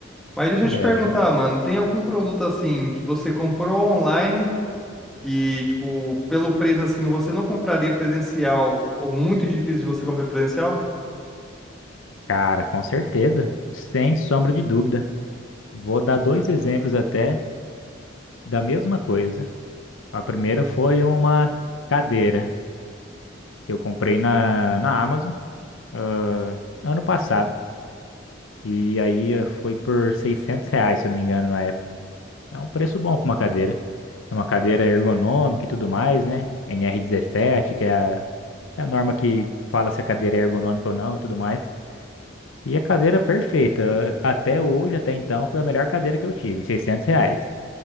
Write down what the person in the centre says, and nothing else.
Mas deixa
eu te perguntar, mano, tem algum produto assim que você comprou online que, tipo, pelo preço assim, você não compraria presencial ou muito difícil de você comprar presencial?